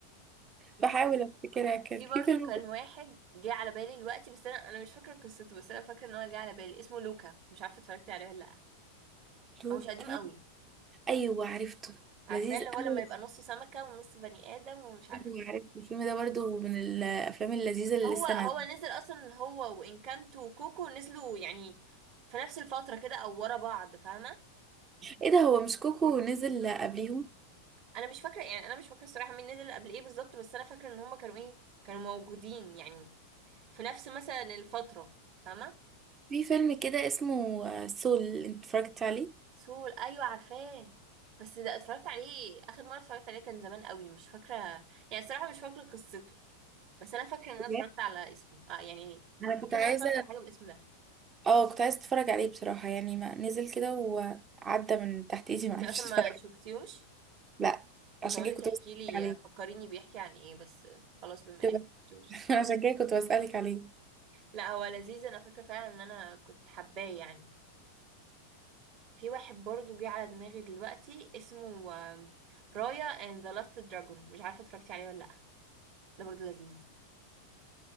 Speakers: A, on the right (about 20°); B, on the right (about 40°).
A: بحاول افتكرها كان
B: في
A: في
B: برضو
A: فيلم
B: كان واحد جه على بالي دلوقتي بس انا انا مش فاكره قصته بس انا فاكره ان هو جه على بالي اسمه لوكا مش عارفه اتفرجتي عليه ولا لا
A: توتال
B: هو مش قديم قوي
A: ايوه عرفته
B: عارفاه
A: لذيذ
B: اللي
A: قوي
B: هو لما يبقى نصه سمكة ونص بني آدم ومش عارف
A: ايوه
B: ايه
A: عرفته الفيلم ده برضو من الافلام اللذيذه اللي
B: هو
A: لسه
B: هو
A: نازله
B: نزل أصلا هو وإنكانتو وكوكو نزلوا يعني في نفس الفترة كده أو ورا بعض فاهمة
A: ايه ده هو مش كوكو نزل قبليهم
B: أنا مش فاكرة يعني أنا مش فاكرة الصراحة مين نزل قبل إيه بالظبط بس أنا فاكرة إن هما كانوا إيه كانوا موجودين يعني في نفس مثلا الفترة فاهمة
A: في فيلم كده اسمه آه، سول انت اتفرجت عليه
B: سول أيوة عارفاه بس ده اتفرجت عليه آخر مرة اتفرجت عليه كان زمان قوي مش فاكرة يعني الصراحة مش فاكرة قصته بس أنا فاكرة إن أنا
A: بجد؟
B: اتفرجت على اسمه آه يعني
A: انا
B: فاكرة
A: كنت عايزه
B: إن أنا اتفرجت على حاجة بالاسم ده
A: اه كنت عايزه اتفرج عليه بصراحه يعني ما نزل كده وعدى من تحت ايدي ما
B: انت
A: عرفتش
B: اصلا ما شفتيهوش
A: لا
B: كنت
A: عشان
B: هقولك
A: كده كنت
B: احكي
A: بسألك
B: لي
A: عليه
B: فكريني بيحكي عن ايه بس خلاص بما انك
A: تبقى-
B: ما شفتيهوش
A: <laughs> عشان كده كنت بسألك عليه
B: لا هو لذيذ انا فاكره فعلا ان انا كنت حباه يعني في واحد برضو جه على دماغي دلوقتي اسمه آم، رايا اند ذا لاست دراجون مش عارفه اتفرجتي عليه ولا لا ده برضو لذيذ